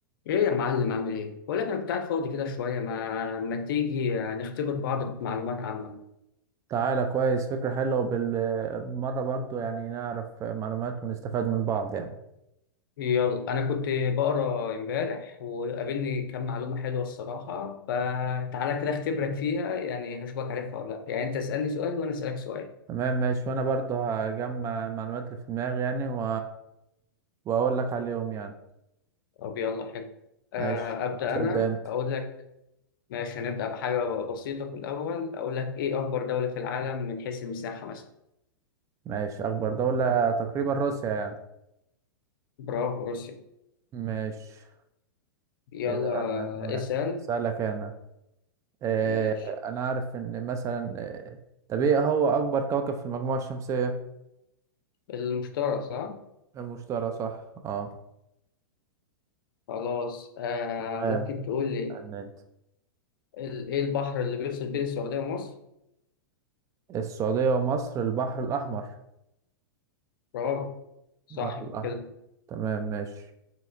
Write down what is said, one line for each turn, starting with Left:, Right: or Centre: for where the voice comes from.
Left: ايه يا معلم عامل ايه؟ بقول لك انا كنت قاعد فاضي كده شويه ما ما تيجي نختبر بعض معلومات عامه
Right: تعالى كويس فكرة حلوة بالمرة برضو يعني نعرف معلومات ونستفاد من بعض يعني
Left: يلا انا كنت بقرا امبارح وقابلني كام معلومه حلوه الصراحه فتعالى كده اختبرك فيها يعني هشوفك عارفها ولا لا يعني انت اسالني سؤال وانا اسالك سؤال
Right: تمام ماشي وأنا برضو هجمع المعلومات اللي في دماغي يعني و... وأقول لك عليهم يعني
Left: طب يلا حلو آه،
Right: ماشي
Left: ابدا
Right: خلاص
Left: انا
Right: ابدأ أنت
Left: اقول لك ماشي هنبدا بحاجه بسيطه في الاول اقول لك ايه اكبر دوله في العالم من حيث المساحه مثلا
Right: ماشي أكبر دولة تقريبا روسيا يعني
Left: برافو روسيا
Right: ماشي
Left: يلا
Right: كده أنا تمام
Left: اسال
Right: أسألك أنا آه
Left: ماشي
Right: أنا عارف إن مثلا آه، طب إيه هو أكبر كوكب في المجموعة الشمسية؟
Left: المشترى صح
Right: المشتري صح اه
Left: خلاص آه
Right: تمام
Left: ممكن تقول لي
Right: استنى أنت
Left: ال- ايه البحر اللي بيفصل بين السعودية ومصر؟
Right: السعودية ومصر البحر الأحمر
Left: برافو صح
Right: البحر الأحمر
Left: كده
Right: تمام ماشي